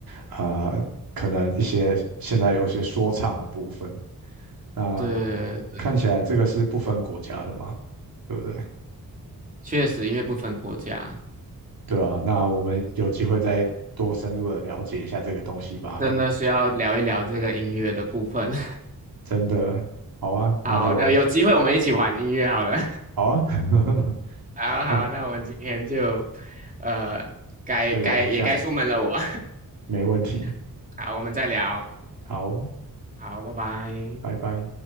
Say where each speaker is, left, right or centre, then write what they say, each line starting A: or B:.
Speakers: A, on the right (about 70°); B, on the right (about 25°).
A: 啊、呃可能一些现在有些说唱的部分，那
B: 对对，
A: 看起来这个是不分国家的嘛，对不对？
B: 确实，因为不分国家，
A: 对啊，那我们有机会再多深入的了解一下这个东西吧。
B: 真的需要聊一聊这个音乐的部分。<laughs>
A: 真的，好啊，那就
B: 好，那有机会我们一起玩音乐好了。
A: 好啊。<laughs>
B: 好好，
A: 那
B: 那我们今天就，呃，该该也该出门了我。
A: 就聊这样，没问题。
B: <laughs> 好，我们再聊。
A: 好，
B: 好，拜拜。
A: 拜拜。